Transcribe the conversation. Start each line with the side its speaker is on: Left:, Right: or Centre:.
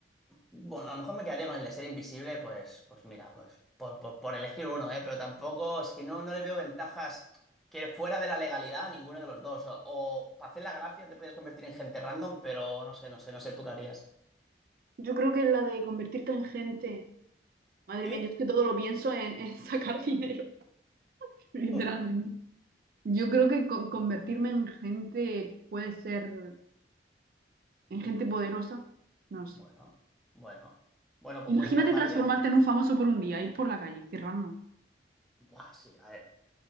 Centre: bueno, a lo mejor me quedaría con el de ser invisible, pues, pues mira, pues por, por, por elegir uno, ¿eh? Pero tampoco es que no, no le veo ventajas que fuera de la legalidad a ninguno de los dos. O, o para hacer la gracia te puedes convertir en gente random, pero no sé, no sé, no sé, ¿tú qué harías?
Right: Yo creo que es la de convertirte en gente. Madre
Centre: ¿Sí?
Right: mía, yo es que todo lo pienso en, en sacar <laughs> dinero, literalmente.
Centre: <laughs>
Right: Yo creo que con- convertirme en gente puede ser, en gente poderosa, no lo sé.
Centre: Bueno, bueno. Bueno, pues
Right: Imagínate
Centre: muy bien, María.
Right: transformarte en un famoso por un día, ir por la calle, qué random.
Centre: Buah, sí, a ver,